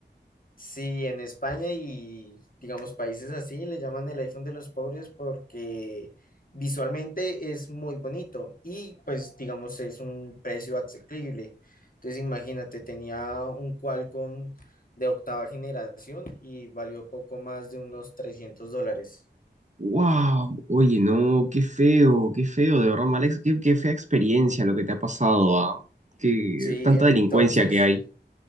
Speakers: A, on the left; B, on the right.
A: Sí, en España y digamos países así le llaman el iPhone de los pobres porque visualmente es muy bonito y pues digamos es un precio asequible. Entonces imagínate, tenía un Qualcomm de octava generación y valió poco más de unos 300 dólares.
B: Wow, oye, no, qué feo, qué feo, de verdad, Alex, qué, qué fea experiencia lo que te ha pasado, ah, Qué
A: Sí,
B: tanta
A: entonces
B: delincuencia que hay.